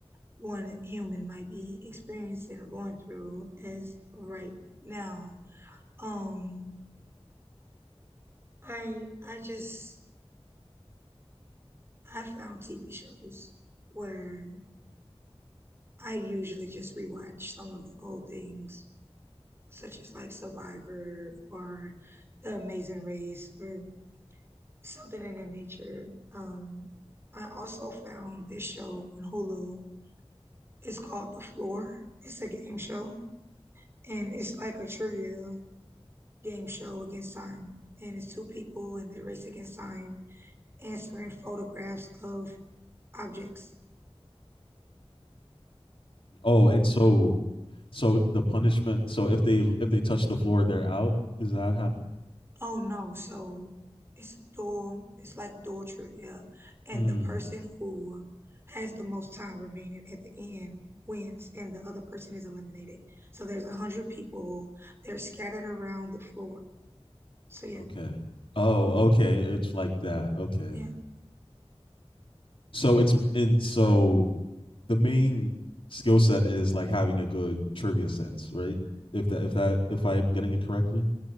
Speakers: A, on the right; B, on the left.
A: one human might be experiencing or going through as right now. Um, I I just I found TV shows where I usually just rewatch some of the old things, such as like Survivor or The Amazing Race or something in that nature. Um, I also found this show on Hulu. It's called The Floor. It's a game show, and it's like a trivia game show against time. And it's two people, and they race against time, answering photographs of objects.
B: Oh, and so so the punishment. So if they if they touch the floor, they're out. Is that how?
A: Oh no, so it's a dual, it's like dual trivia. And
B: Mm,
A: the person who has the most time remaining at the end wins, and the other person is eliminated. So there's a hundred people, they're scattered around the floor. So yeah,
B: okay. Oh, okay. It's like that. Okay.
A: yeah,
B: So it's and so the main skill set is like having a good trivia sense, right? If that if that if I am getting it correctly,